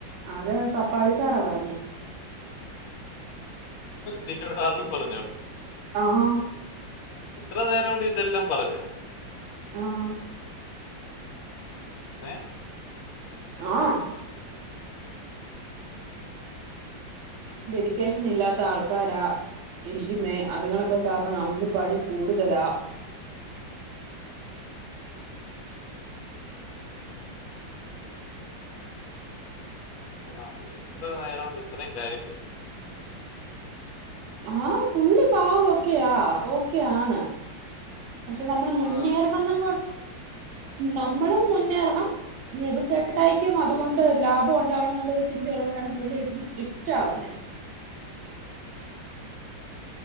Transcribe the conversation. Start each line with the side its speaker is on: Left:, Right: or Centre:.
Right: അത് പപ്പാളി സാറാ പറഞ്ഞേ
Left: തീറ്റോട്ട അതും പറഞ്ഞോ
Right: ആഹ
Left: ഇത്ര നേരംകൊണ്ട് ഇതെല്ലാം പറഞ്ഞണം
Right: ആഹ
Left: ഏ
Right: ആഹ ഡെഡിക്കേഷൻ ഇല്ലാത്ത ആൾക്കാരാ ഇരിക്കുന്നേ അതുങ്ങളൊക്കെ കാരണം നമുക്ക് പണി കൂടുതലാ
Left: അല്ല ഇത്ര നേര കൊണ്ട് ഇത്രയും കാര്യങ്ങൾ
Right: ആ പുള്ളി പാവൊക്കെയാ ഓക്കെയ ആാണ് പക്ഷെ നമ്മൾ മുന്നേറണംങ്ക
Left: ആ
Right: നമ്മളും മുന്നേറണം നെഭിച്ചേട്ടായിക്കും അതുകൊണ്ട് ലാഭം ഉണ്ടാവണം എന്നുള്ളരു ചിന്ത ഉള്ളത്കൊണ്ടാണ് പുള്ളി ഇത്തിരി സ്ട്രിക്ട് ആവുന്നത്േ